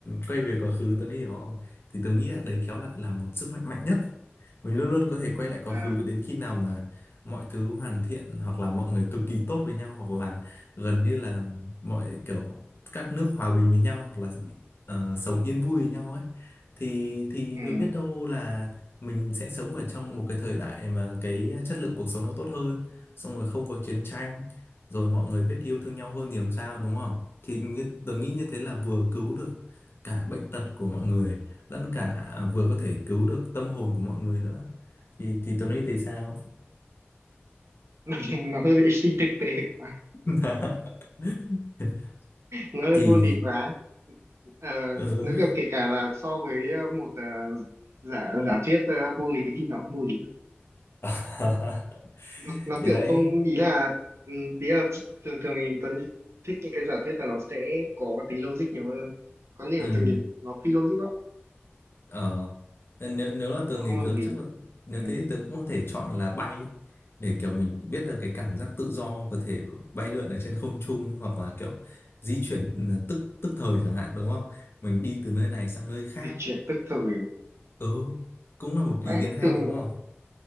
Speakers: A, on the left; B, on the right.
A: quay về quá khứ Tuấn hiểu không thì tôi nghĩ là đấy khéo lại là một sức mạnh mạnh nhất mình luôn luôn có thể quay lại quá
B: à,
A: khứ đến khi nào mà mọi thứ hoàn thiện hoặc là mọi người cực kỳ tốt với nhau hoặc là gần như là mọi kiểu các nước hòa bình với nhau hoặc là ờ, sống yên vui với nhau ấy thì thì
B: ừ.
A: cứ biết đâu là mình sẽ sống ở trong một cái thời đại mà cái chất lượng cuộc sống nó tốt hơn xong rồi không có chiến tranh rồi mọi người biết yêu thương nhau hơn thì làm sao đúng không thì như, tớ nghĩ như thế là vừa cứu được cả bệnh tật của mọi người lẫn cả à, vừa có thể cứu được tâm hồn của mọi người nữa thì thì Tuấn nghĩ thì sao
B: <laughs> nó hơi bị <laughs> phi thực tế quá
A: <laughs>
B: nó hơi
A: thì
B: vô lý quá Ờ,
A: ừ.
B: nếu kiểu kể cả là so với ờ, một ờ, giả giả thuyết ờ, vô lý thì nó cũng vô lý
A: <laughs>
B: nó, nó
A: thì
B: kiểu
A: đấy
B: không ý là ừm, tí là thường thường thì Tuấn thích những cái giả thuyết là nó sẽ có tính logic nhiều hơn có nhiều
A: ừ
B: từng nhìn nó phi logic quá
A: ờ nên nếu nếu là tường
B: nó không
A: thì
B: hợp
A: tường
B: lý
A: chắc là, nếu
B: ừ.
A: thế thì tường cũng có thể chọn là bay để kiểu mình biết là cái cảm giác tự do có thể bay lượn ở trên không trung hoặc là kiểu di chuyển ờ, tức tức thời chẳng hạn đúng không mình đi từ nơi này sang nơi khác
B: dịch chuyển tức thời à?
A: ừ cũng là một
B: ấy
A: ý kiến hay
B: từng
A: đúng không